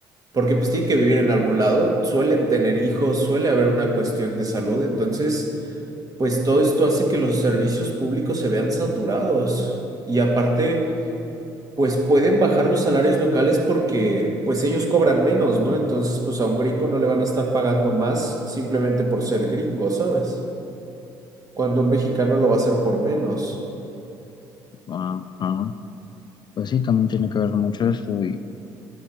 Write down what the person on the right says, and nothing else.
porque pues tienen que vivir en algún lado, suelen tener hijos, suele haber una cuestión de salud, entonces, pues todo esto hace que los servicios públicos se vean saturados. Y aparte... pues pueden bajar los salarios locales porque pues ellos cobran menos, ¿no? Entonces, pues a un gringo no le van a estar pagando más simplemente por ser gringo, ¿sabes? Cuando un mexicano lo va a hacer por menos.